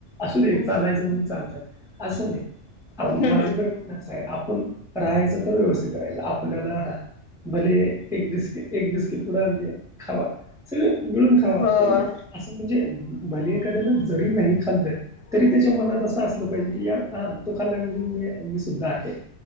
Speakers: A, in the centre; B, on the left (about 85°).
A: असुदे
B: हम्म
A: चालायच म्हणून चालतात अस आओ
B: हम्म
A: माझ तरी म्हणणं असं आहे आपण राहायचं तर व्यवस्थित राहायचं आपल्याला <inaudible> भले एक बिस्किट एक बिस्किट पुढं आणले खावा सगळे मिळून खावा
B: होय
A: पण असं म्हणजे भले एखाद्यान जरी नाही खाल्लय तरी त्याच्या मनात असं असलं पाहिजे की यार ह तो खाल्ला म्हणजे जे मी सुद्धा आहे